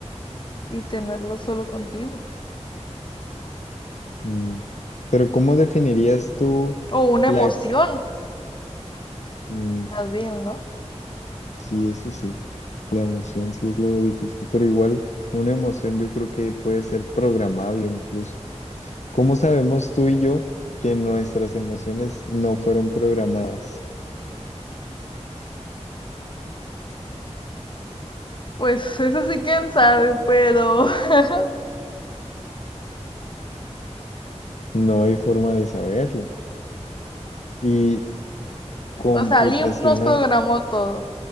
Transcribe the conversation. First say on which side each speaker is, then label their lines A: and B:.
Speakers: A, on the left; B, on the left.
A: y tenerlo solo contigo.
B: Mm. Pero ¿cómo definirías tú
A: O una
B: la...
A: emoción,
B: ex- Mm,
A: más bien, ¿no?
B: sí, eso sí, la emoción sí es lo difícil, pero igual una emoción yo creo que puede ser programable incluso. ¿Cómo sabemos tú y yo que nuestras emociones no fueron programadas?
A: Pues <laughs> eso sí quién sabe, pero... <laughs>
B: No hay forma de saberlo. Y computacional,
A: o sea, alguien nos programó todo.